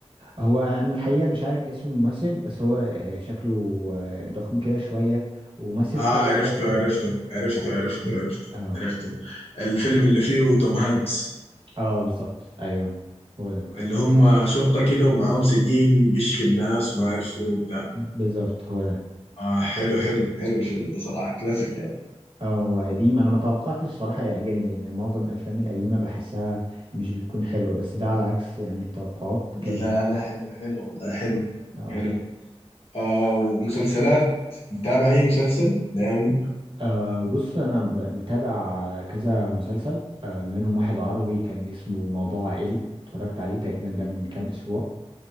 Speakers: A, on the right; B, on the left.
A: هو أنا الحقيقة مش عارف اسم الممثل بس هو آه، شكله آه، ضخم كده شوية ومثل
B: اه
A: في كذا
B: عرفته
A: حاجة
B: عرفته عرفته عرفته عرفته
A: اه
B: عرفته الفيلم اللي فيه توم هانكس
A: اه بالظبط ايوه هو ده
B: اللي هم شرطة كده ومعاهم سجين بيشفي الناس
A: م-
B: وما عارف شنو بتاع
A: بالظبط هو ده
B: اه حلو حلو حلو الفيلم ده صراحة كلاسيك يعني
A: اه هو قديم انا ما توقعتش صراحة يعجبني لان معظم الافلام القديمة بحسها مش بتكون حلوة بس ده على عكس يعني التوقعات
B: لا
A: كان
B: لا حلو حلو والله حلو
A: اه
B: حلو آه ومسلسلات متابع اي مسلسل الايام دي
A: أه بص أنا ب- متابع آه، كذا مسلسل أه منهم واحد عربي كان اسمه موضوع عائلي اتفرجت عليه تقريبا ده من كام أسبوع